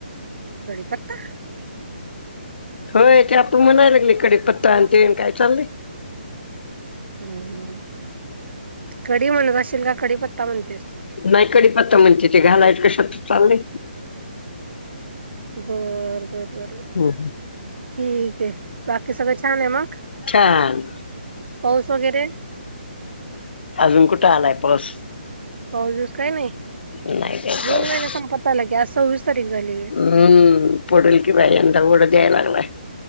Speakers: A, on the right; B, on the left.
A: कडीपत्ता?
B: होय ते आपण म्हणायला लागली कडीपत्ता आण ते काय चाललंय
A: हम्म हम्म कडीम्हणत असशेल का कडीपत्ता म्हणतेस.
B: नाही कडी पत्ता म्हणते ते घालायच कशातत चालले.
A: बर बर बरर.
B: हम्म, हम्म.
A: ठीक आहे बाकी सगळे छान आहे मग.
B: छान.
A: पाऊस वगैरे.
B: अजून कुठ आला आहे पाऊस.
A: पाऊस पीस काय नाही
B: नाही काय
A: जून
B: पाऊस
A: महिन्या संपता आला की आज सव्वीस तारीख झाली आहे.
B: हम्म पडील की बाय यंदा वड द्याय लागलंय